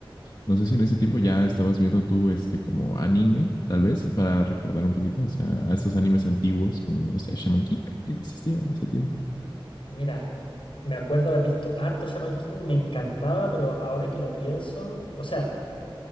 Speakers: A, on the left; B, on the left.
A: No sé si en ese tiempo ya estabas viendo tú este como anime, tal vez, para recordar un poquito, o sea, a esos animes antiguos, como, no sé, Shaman King creo que existía en ese tiempo.
B: Mira, me acuerdo haber visto harto Shaman King, me encantaba, pero ahora que lo pienso, o sea,